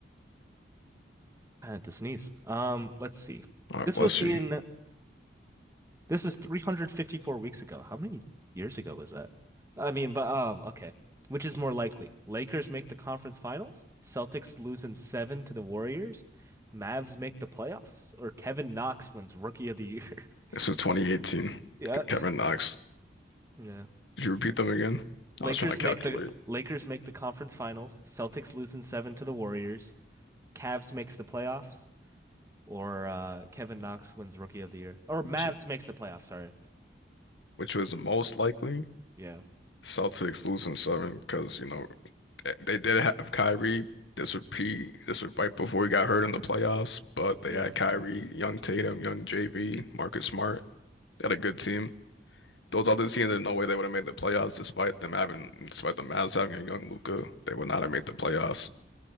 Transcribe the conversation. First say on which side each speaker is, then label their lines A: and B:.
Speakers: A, on the right (about 15°); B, on the left (about 85°).
A: I had to sneeze. Um, let's see.
B: All right,
A: This
B: bless
A: was in
B: you.
A: this was 354 weeks ago. How many years ago was that? I mean, but um, okay. Which is more likely? Lakers make the conference finals, Celtics lose in seven to the Warriors, Mavs make the playoffs, or Kevin Knox wins Rookie of the Year? <laughs>
B: This is 2018.
A: Yeah.
B: Ke- Kevin Knox.
A: Yeah.
B: Did you repeat them again?
A: Lakers
B: I was trying to calculate
A: make the Lakers make the conference finals, Celtics lose in seven to the Warriors. Cavs makes the playoffs or uh, Kevin Knox wins Rookie of the Year or Mavs
B: which
A: makes the playoffs. Sorry.
B: which was the most likely
A: Yeah.
B: Celtics losing seven because you know th- they did have Kyrie. This would be this would right before he got hurt in the playoffs, but they
A: Yeah.
B: had Kyrie, young Tatum, young JB, Marcus Smart. They had a good team. Those other teams, there's no way they would have made the playoffs despite them having, despite the Mavs having a young Luca, they would not have made the playoffs.